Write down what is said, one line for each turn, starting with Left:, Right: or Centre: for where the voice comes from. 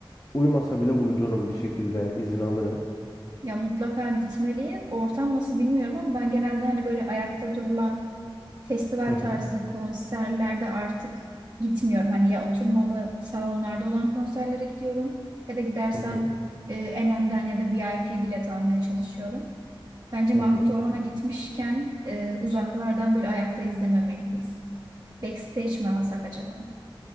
Left: uyumasa bile uydururum bir şekilde izin alırım.
Right: ya mutlaka gitmeliyiz. Ortam nasıl bilmiyorum ama ben genelde hani böyle ayakta durulan festival
Left: Hı hı,
Right: tarzı konserlerde artık gitmiyorum. Hani ya oturmalı salonlarda olan konserlere gidiyorum ya da gidersem
Left: hı hı,
Right: e, en önden ya da VIP bilet almaya çalışıyorum. Bence
Left: hı
Right: Mahmut
Left: hı.
Right: Orhan'a gitmişken e, uzaklardan böyle ayakta izlememeliyiz. Backstage mi alsak acaba?